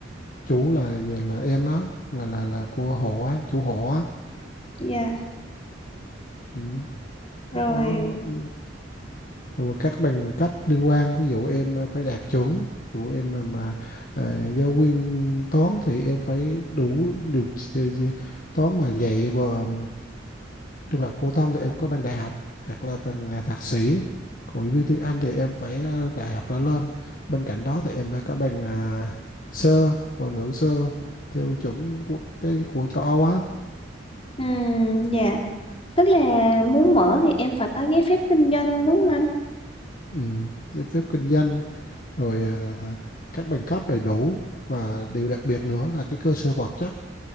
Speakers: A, on the left; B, on the left.
A: chủ là là em đó là là là của hộ á, chủ hộ á.
B: dạ
A: Ừ.
B: rồi
A: Nó ừ. rồi các bằng cấp liên quan ví dụ em à, phải đạt chuẩn Ví dụ em mà, mà à, giáo viên toán thì em phải đủ điều toán mà dạy và trung học phổ thông thì em có bằng đại học hoặc là bằng à, thạc sĩ còn giáo viên tiếng Anh thì em phải à, đại học trở lên bên cạnh đó thì em phải có bằng à, sơ ngoại ngữ sơ theo chuẩn quốc cái của châu Âu á
B: ừm, dạ tức là muốn mở thì em phải có giấy phép kinh doanh đúng không anh
A: ừ, giấy phép kinh doanh rồi à, các bằng cấp đầy đủ và điều đặc biệt nữa là cái cơ sở vật chất